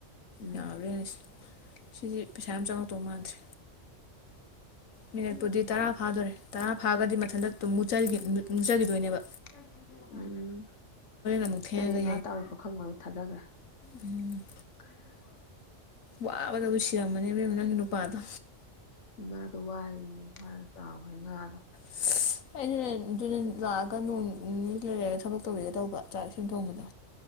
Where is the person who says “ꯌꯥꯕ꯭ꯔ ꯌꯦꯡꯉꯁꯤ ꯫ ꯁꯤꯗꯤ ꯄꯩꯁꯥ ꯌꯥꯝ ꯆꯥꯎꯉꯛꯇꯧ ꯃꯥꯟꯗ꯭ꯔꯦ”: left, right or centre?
Left